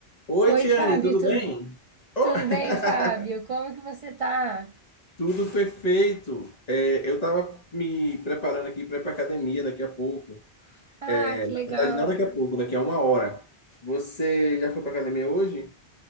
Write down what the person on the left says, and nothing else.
Oi,
Tiane,
tudo
bem? Oh,
<laughs>
Tudo perfeito. É, eu estava me preparando aqui para ir para academia daqui a pouco.
É,
na
verdade, não daqui a pouco, daqui a uma hora. Você já foi para academia hoje? O